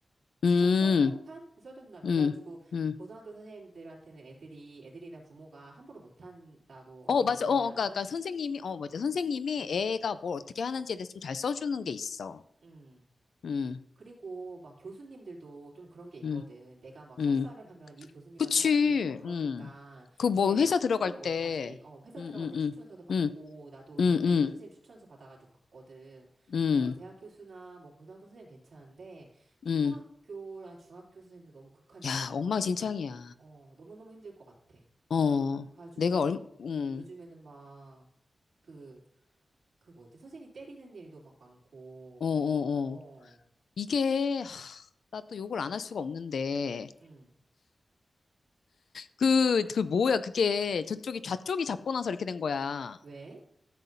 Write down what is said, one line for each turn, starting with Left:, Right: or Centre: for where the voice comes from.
Right: 추천서
Left: 음.
Right: 평판 써준다며
Left: 음,
Right: 그래가지고
Left: 음.
Right: 고등학교 선생님들한테는 애들이 애들이나 부모가 함부로 못한다고 언니가
Left: 어, 맞아.
Right: 그때
Left: 어,
Right: 그러지 않았나?
Left: 그러니까, 그러니까 선생님이, 어, 맞아. 선생님이
Right: 음,
Left: 애가 뭘 어떻게 하는지에 대해서 좀 잘 써주는 게 있어.
Right: 음.
Left: 음,
Right: 그리고 막 교수님들도 좀 그런 게 있거든.
Left: 음,
Right: 내가 막 석사를
Left: 음.
Right: 하면 이 교수님한테
Left: 그치.
Right: 할 수도 있고 막 그러니까
Left: 음. 그 뭐
Right: 얘 하-
Left: 회사 들어갈
Right: 함부로
Left: 때,
Right: 못하지. 어, 회사
Left: 음,
Right: 들어갈
Left: 음,
Right: 때 추천서도 받고
Left: 음,
Right: 나도
Left: 음,
Right: 유학 갈
Left: 음,
Right: 때 선생님 추천서 받아가지고 갔거든.
Left: 음,
Right: 그러니까
Left: 음,
Right: 대학 교수나 뭐 고등학교 선생님 괜찮은데 초등학교나
Left: 음.
Right: 중학교 선생님도 너무 극한 직업일
Left: 야, 엉망진창이야.
Right: 것 같아. 어, 너무너무 힘들 것 같아.
Left: 어,
Right: 가지고
Left: 내가 얼, 음,
Right: 요즘에는 막 그, 그 뭐지? 선생님 때리는 일도 막 많고,
Left: 어, 어,
Right: 어,
Left: 어. 이게, 나 또 욕을 안 할 수가 없는데.
Right: 응.
Left: 그, 그 뭐야, 그게 저쪽이, 좌쪽이 잡고 나서 이렇게 된 거야.
Right: 왜?